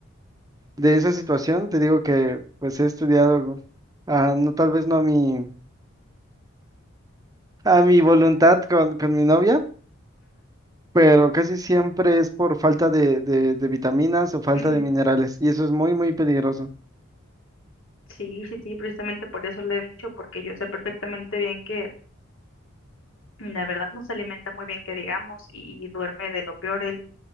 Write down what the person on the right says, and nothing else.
de esa situación, te digo que, pues, he estudiado, ah, no, tal vez no a mi, a mi voluntad con, con mi novia, pero casi siempre es por falta de, de, de vitaminas o falta
de minerales, y eso es muy, muy peligroso.